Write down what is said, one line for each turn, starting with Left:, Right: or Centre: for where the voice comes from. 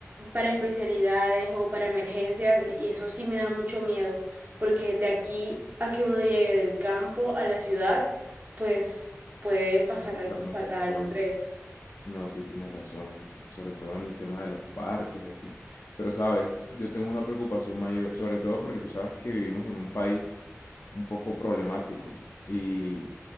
Right: para especialidades o para emergencias y eso sí me da mucho miedo, porque de aquí a que uno llegue del campo a la ciudad, pues puede pasar
Left: Pueden pasar
Right: algo
Left: muchas
Right: fatal,
Left: cosas.
Right: ¿no crees?
Left: No, sí tienes razón, sobre todo en el tema de los partos y así. Pero sabes, yo tengo una preocupación mayor, sobre todo porque tú sabes que vivimos en un país un poco problemático y,